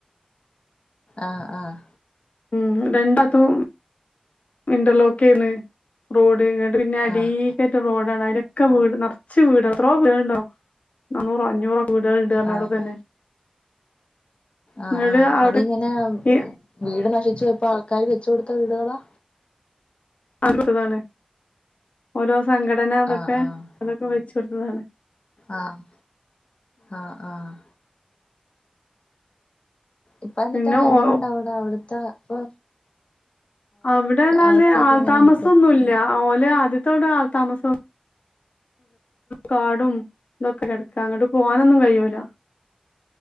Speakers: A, on the left; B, on the left.
A: ആഹ്, ആഹ്
B: ഉം രണ്ടാത്തും ഇന്റർലോക്ക് ചെയ്ന്ന്? റോഡ് ഇങ്ങട്ട് പിന്നെ അടീക്കെറ്റം
A: ആഹ്
B: റോടാണ്. അയ്ലൊക്കെ വീട് നർച്. കുറച്ച് വീട എത്രോ വീടെളുണ്ടോ? നാന്നൂറോ അഞ്ഞൂറും വീഡെളുണ്ട് പറഞ്ഞു
A: ആഹ്
B: അവിടെ തന്നെ
A: ആഹ്,
B: ഇങ്ങട്
A: ആഹ്
B: അവിടെ
A: അതിങ്ങനെ
B: ഈ
A: വീട് നശിച്ചു ഇപ്പൊ ആൾക്കാര് വെച്കൊടുത്ത വീടുകളാ?
B: അടുത്തതാണ് ഓരോ സംഘടന അതൊക്കെ
A: ആഹ് ആഹ്
B: അതൊക്കെ വെചൊടുത്തതാണ്.
A: ആഹ് ആഹ് ആഹ് ഇപ്പൊ എന്നിട്ടാ
B: പിന്നെ
A: എങ്ങനുണ്ടവിട
B: ഓ
A: അവിടുത്തെ ഇപ്പൊ?
B: അവിടെ എന്നാല്
A: അവസ്ഥയൊക്കെ
B: ആൾതാമസൊന്നുല്ല.
A: എങ്ങനെയുണ്ട്
B: ഓലെ ആദ്യത്ത വീട് ആൾതാമസ കാടും ഇതൊക്കെ കെടക്ക അങ്ങോട്ട് പോവാനൊന്നും കഴിയൂല.